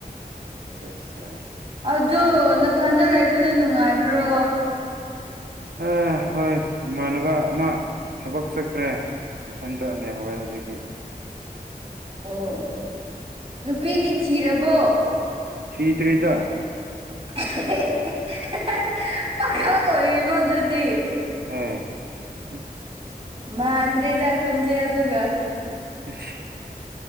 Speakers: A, on the right; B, on the right.
A: ꯆ‌ꯦ ꯆ‌ꯦ
B: ꯑꯗꯨ ꯅꯊꯟꯗ ꯂꯩꯕꯗ ꯅꯨꯡꯉꯥꯏꯕ꯭ꯔꯣ
A: ꯑꯦ ꯍꯣꯏ ꯏꯃꯥꯟꯅꯕ ꯑꯃ ꯊꯕꯛ ꯆꯠꯈ꯭ꯔꯦ ꯏ ꯁꯟꯇ ꯑꯗꯨꯗꯦ <unintelligible> ꯍꯋꯥꯣꯏ ꯍꯧꯖꯤꯛꯀꯤ
B: ꯑꯣ ꯅꯨꯄꯤꯗꯤ ꯊꯤꯔꯕꯣ
A: ꯊꯤꯇ꯭ꯔ‌ꯦꯗ
B: <unintelligible> ꯄꯥꯈꯪ ꯑꯣꯏꯔꯤꯕꯗꯨꯗꯤ
A: ꯑꯝ <unintelligible>
B: ꯃꯥꯟꯗ꯭ꯔ‍ꯦꯊ ꯈ‍ꯣꯟꯖ‍ꯦꯜꯗꯨꯒ
A: <unintelligible>